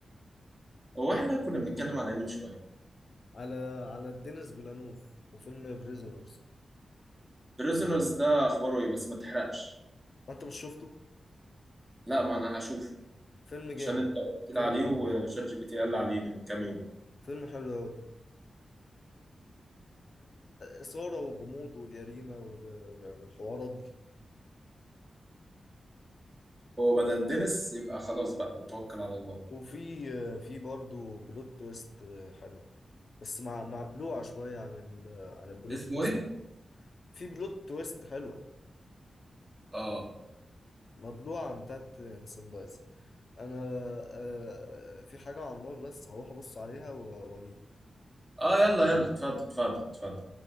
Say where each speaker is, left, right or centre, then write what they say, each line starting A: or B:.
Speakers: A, on the right (about 20°); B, on the left (about 45°).
A: هو احنا كنا بنتكلم على ايه من شويه
B: على على دينيس فيلانوف وفيلم بريزونرز
A: بريزونرز ده اخباره ايه بس ما تحرقش
B: انت مش شفته
A: لا ما انا هشوفه
B: فيلم جامد
A: عشان انت قلت لي
B: فيلم
A: عليه
B: حلو
A: وشات جي بي تي قال لي عليه من كام يوم
B: فيلم حلو قوي اثاره وغموض وجريمه وال- وال- والحوارات دي
A: هو بدل دينيس يبقى خلاص بقى توكل على الله
B: وفي آه، في برضه بلوت تويست آه، حلو بس مع مع بلوعه شويه عن ال عن البلوت
A: اسمه
B: تويست
A: ايه
B: في بلوت تويست حلوة
A: اه
B: مبلوعة عن بتاعت سان دايز انا آه، في حاجة على النار بس هروح ابص عليها و- واجيلك
A: اه يلا يلا اتفضل اتفضل اتفضل